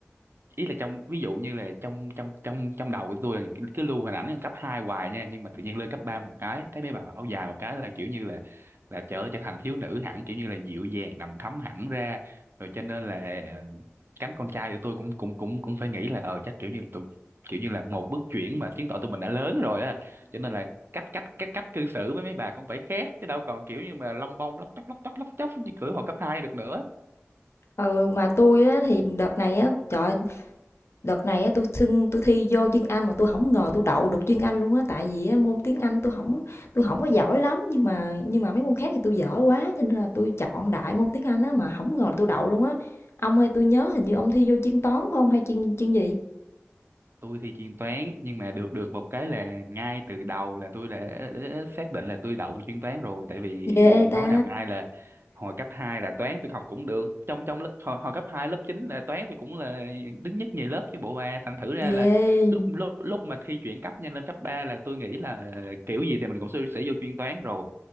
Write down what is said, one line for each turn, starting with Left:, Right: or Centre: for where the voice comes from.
Right: ý là trong ví dụ như là trong trong trong trong đầu của tôi là cứ cứ lưu hình ảnh cấp 2 hoài nha nhưng mà tự nhiên lên cấp 3 một cái thấy mấy bà mặc áo dài một cái là kiểu như là là trở trở thành thiếu nữ hẳn kiểu như là dịu dàng đầm thắm hẳn ra rồi cho nên là ờ, cánh con trai của tôi cũng cũng cũng cũng phải nghĩ là ờ chắc kiểu như là tụi kiểu như là một bước chuyển mà chứng tỏ tụi mình đã lớn rồi á cho nên là cách cách cách cách cư xử với mấy bà cũng phải khác chứ đâu còn kiểu như mà lông bông lóc chóc lóc chóc lóc chóc như kiểu hồi cấp 2 được nữa
Left: Ừ, mà tôi á thì đợt này á, trời Đợt này á, tui xin tui thi vô chuyên Anh mà tôi không ngờ tôi đậu được chuyên Anh luôn á, tại vì á, môn tiếng Anh tôi không tôi không có giỏi lắm, nhưng mà nhưng mà mấy môn khác thì tôi dở quá cho nên là tôi chọn đại môn tiếng Anh á mà không ngờ là tui đậu luôn á. Ông ơi, tôi nhớ hình như ông thi vô chuyên toán phải không hay chuyên chuyên gì?
Right: tôi thì chuyên toán nhưng mà được được một cái là ngay từ đầu là tôi đã, đã xác định là tôi đậu chuyên toán rồi tại vì
Left: Ghê
Right: nói
Left: ta,
Right: nào ngay là hồi cấp 2 là toán tôi học cũng được trong trong lớp hồi, hồi cấp 2 lớp 9 là toán tôi cũng là đứng nhất nhì lớp chứ bộ ba thành thử ra
Left: ghê.
Right: là lúc lúc lúc mà thi chuyển cấp nhanh lên cấp 3 là tôi nghĩ là kiểu gì thì mình cũng sẽ, sẽ vô chuyên toán rồi